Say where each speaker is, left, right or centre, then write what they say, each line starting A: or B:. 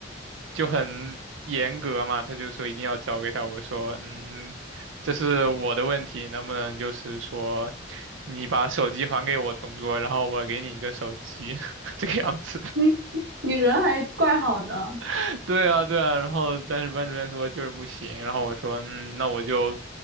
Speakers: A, on the right (about 90°); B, on the right (about 65°).
A: 就很严格嘛，他就说一定要交给他。我说，嗯，这是我的问题，能不能就是说，你把手机还给我同桌，然后我给你一个手机，<laughs> 这个样子。
B: <laughs> 你你人还怪好的，
A: <laughs> 对啊，对啊。然后但是班主任说就是不行，然后我说，嗯，那我就